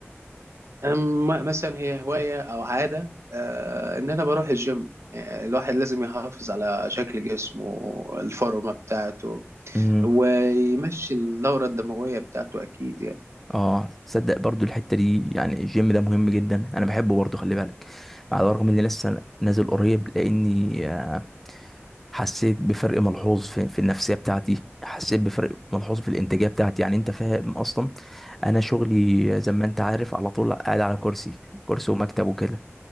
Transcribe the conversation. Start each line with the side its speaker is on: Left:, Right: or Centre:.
Right: اما مثلا هي هوايه او عاده آه ان انا بروح الجيم آه، الواحد لازم يحافظ على شكل جسمه الفورمة بتاعته
Centre: امم
Right: ويمشي الدورة الدموية بتاعته أكيد يعني
Centre: اه صدق برضو الحته دي يعني الجيم ده مهم جدا انا بحبه برضو خلي بالك على الرغم اني لسه نازل قريب لاني آه، حسيت بفرق ملحوظ في, في النفسيه بتاعتي حسيت بفرق ملحوظ في الانتاجيه بتاعتي يعني انت فاهم اصلا انا شغلي زي ما انت عارف على طول قاعد على كرسي كرسي ومكتب وكده